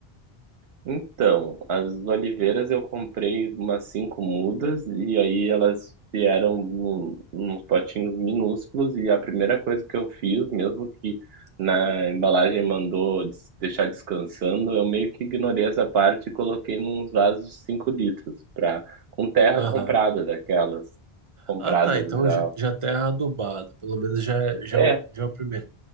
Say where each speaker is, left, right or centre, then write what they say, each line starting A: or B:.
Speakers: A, on the right (about 75°); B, on the right (about 40°).
A: Então, as oliveiras eu comprei umas cinco mudas e aí elas vieram num, nos potinhos minúsculos e a primeira coisa que eu fiz, mesmo que na embalagem mandou des- deixar descansando, eu meio que ignorei essa parte e coloquei nos vasos de cinco litros pra, com terra
B: Aham.
A: comprada daquelas, compradas
B: Ah, tá, então
A: já.
B: já já terra adubada, pelo menos já já
A: É,
B: é o- já é o primeiro.